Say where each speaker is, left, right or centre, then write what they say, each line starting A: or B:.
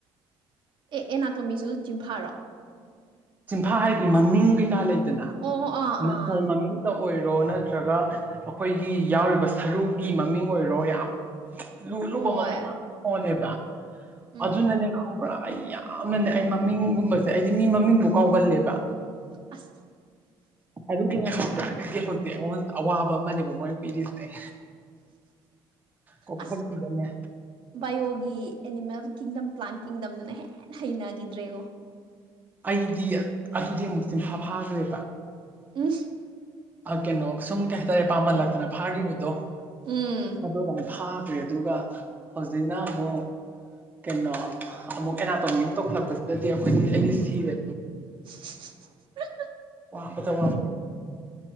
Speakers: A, on the right; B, on the right.
A: ꯑꯦ ꯑꯦꯅꯥꯇꯣꯃꯤꯁꯨ ꯖꯤꯝꯐꯥꯔꯣ
B: ꯁꯤꯤꯟꯐꯥ ꯍꯥꯏꯗꯤ ꯃꯃꯤꯡ ꯀꯩꯀꯥ ꯂꯩꯗꯅ
A: ꯑꯣ ꯑꯥ
B: ꯃꯊꯣ
A: ꯑꯥ
B: ꯃꯃꯤꯡ ꯇꯧ ꯑꯣꯏꯔꯣ ꯅꯠꯇ꯭ꯔꯒ ꯑꯩꯈꯣꯏꯒꯤ ꯌꯥꯎꯔꯤꯕ ꯁꯔꯨꯒꯤ ꯃꯃꯤꯡ ꯑꯣꯏꯔꯣ ꯌꯥꯝ ꯂꯨ
A: ꯍꯣꯏ
B: ꯂꯨꯕ ꯃꯃꯩ ꯌꯥꯝ ꯍꯣꯜꯂꯦꯕ
A: ꯎꯝ
B: ꯑꯗꯨꯅꯅꯦ ꯈꯕ꯭ꯔꯥ ꯑꯩ ꯌꯥꯝꯅꯅꯦ ꯑꯩ ꯃꯃꯤꯡꯒꯨꯝꯕꯁꯦ ꯑꯩꯗꯤ ꯃꯤ ꯃꯃꯤꯡꯕꯨ ꯀꯥꯎꯒꯜꯂꯦꯕ
A: ꯑꯁ
B: ꯑꯗꯨꯨ ꯀꯅꯁ ꯗꯤ ꯍꯧꯖꯤꯛ ꯑꯩꯉꯣꯟꯗ ꯑꯋꯥꯕ ꯑꯃꯅꯦꯕ ꯃꯣꯏꯅ ꯄꯤꯔꯤꯁꯦ ꯑꯩ ꯀꯣꯛꯐꯛꯁꯤꯗꯅꯦ
A: ꯑꯁ ꯏꯣꯒꯤ ꯑꯦꯅꯤꯃꯦꯜ ꯀꯤꯡꯗꯝ ꯄ꯭ꯂꯥꯟ ꯀꯤꯡꯗꯝꯗꯨꯅ ꯍꯦꯟꯅ ꯍꯩꯅꯈꯤꯗ꯭ꯔꯦ ꯌꯦꯉꯣ
B: ꯑꯩꯗꯤ ꯑꯗꯨꯗꯤ ꯑꯃꯨꯛꯇꯤ ꯐꯥꯐꯥꯈ꯭ꯔꯦꯕ
A: ꯎ
B: ꯀꯩꯅꯣ ꯁꯨꯝ ꯀꯩ ꯍꯥꯏꯇꯥꯔꯦ ꯄꯥꯝꯍꯜꯂꯛꯇꯅ ꯐꯥꯈꯤꯕꯗꯣ
A: ꯎꯝ
B: ꯑꯗꯨ ꯐꯥꯈ꯭ꯔꯦ ꯑꯗꯨꯒ ꯍꯧꯖꯤꯛꯅ ꯑꯃꯨꯛ ꯀꯩꯅꯣ ꯑꯃꯨꯛ ꯑꯦꯅꯥꯇꯣꯃꯤ ꯑꯃꯨꯛ ꯇꯧꯈꯠꯂꯛꯄꯁꯤꯗꯗꯤ ꯑꯩꯈꯣꯏꯗꯤ ꯑꯩꯗꯤ ꯁꯤꯔꯦ
A: <unintelligible>
B: ꯋꯥꯗ ꯋꯥ